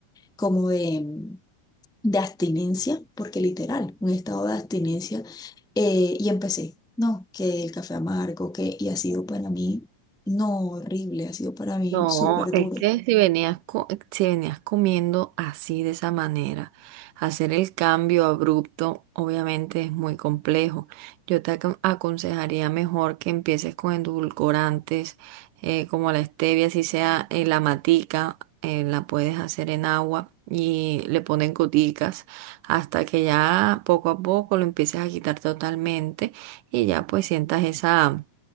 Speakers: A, in the centre; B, on the right (about 80°).
A: como de de abstinencia, porque literal, un estado de abstinencia, eh, y empecé, no, que el café amargo, que, y ha sido para mí, no horrible, ha sido para mí
B: No,
A: súper
B: es
A: duro.
B: que si venías, co- si venías comiendo así de esa manera, hacer el cambio abrupto obviamente es muy complejo. Yo te acon- aconsejaría mejor que empieces con endulcorantes eh, como la stevia, si sea eh, la matica, eh, la puedes hacer en agua y le ponen goticas hasta que ya poco a poco lo empieces a quitar totalmente y ya pues sientas esa